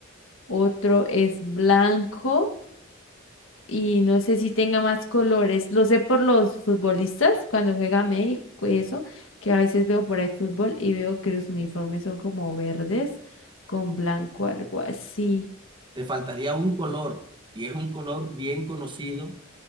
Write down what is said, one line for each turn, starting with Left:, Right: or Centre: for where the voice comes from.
Left: otro es blanco. y no sé si tenga más colores. Lo sé por los futbolistas cuando juega México y eso, que a veces veo por ahí fútbol y veo que los uniformes son como verdes con blanco, algo así.
Right: Te faltaría un color y es un color bien conocido.